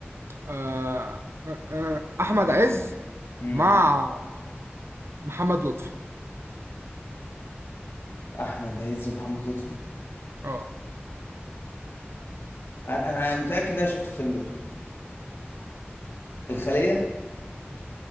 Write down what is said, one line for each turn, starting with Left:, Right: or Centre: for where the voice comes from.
Right: آه آه آه، احمد عز
Left: امم
Right: مع محمد لطفي
Left: أحمد عز ومحمد لطفي
Right: اه
Left: أنا أنا متأكد إن أنا شفت الفيلم ده الخلية